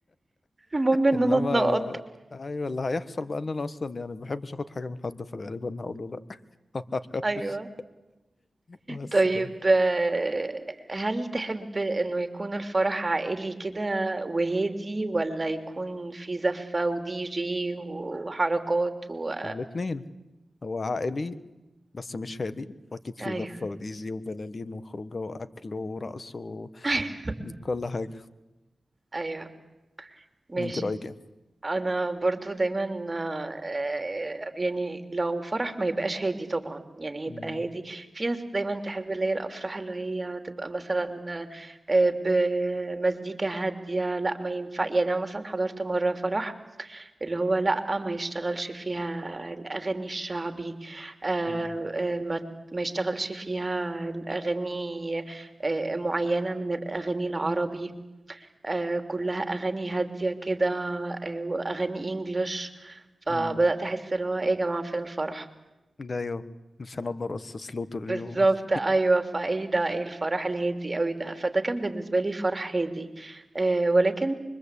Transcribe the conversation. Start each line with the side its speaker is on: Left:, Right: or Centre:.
Right: المهم ان
Left: انما
Right: انا اتنقط
Left: ايوه اللي هيحصل بقى ان انا اصلا يعني ما بحبش اخد حاجه من حد فغالبا هقول له لا <laughs> ما اعرفش
Right: ايوه
Left: بس
Right: طيب
Left: ده
Right: آه، هل تحب انه يكون الفرح عائلي كده وهادي ولا يكون في زفة ودي جي وحركات و...
Left: الاثنين هو عائلي بس مش هادي واكيد في
Right: ايوه
Left: زفه وديزي وبلالين وخروجه واكل ورقص
Right: <laughs>
Left: وكل حاجه
Right: ايوه ماشي
Left: انت رايك ايه؟
Right: انا برضو دايما آه، آه، يعني لو فرح ما يبقاش هادي طبعا يعني هيبقى
Left: مم.
Right: هادي في ناس دايما تحب اللي هي الافراح اللي هي تبقى مثلا آه، آه، بمزيكا هاديه لا ما ينفع يعني انا مثلا حضرت مره فرح اللي هو لا ما يشتغلش فيها الاغاني الشعبي آه،
Left: مم.
Right: آه، ما ما يشتغلش فيها الأغاني آه، معينة من الأغاني العربي آه، كلها اغاني هاديه كده آه، واغاني انجلش فبدات
Left: مم.
Right: احس اللي هو ايه يا جماعه فين الفرح
Left: ده ايوه مش هنقعد نرقص سلو طول اليوم
Right: بالظبط
Left: <laughs>
Right: ايوه فايه ده ايه الفرح الهادي قوي ده فده كان بالنسبه لي فرح هادي آه، ولكن